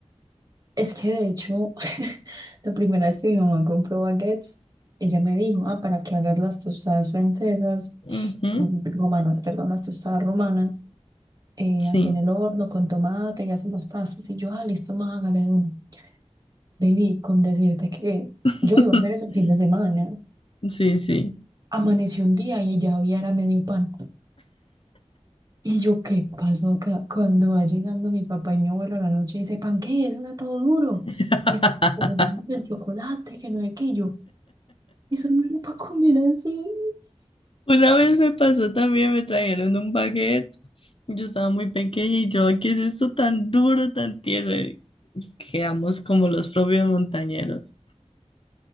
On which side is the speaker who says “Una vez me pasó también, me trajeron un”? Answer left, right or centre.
Left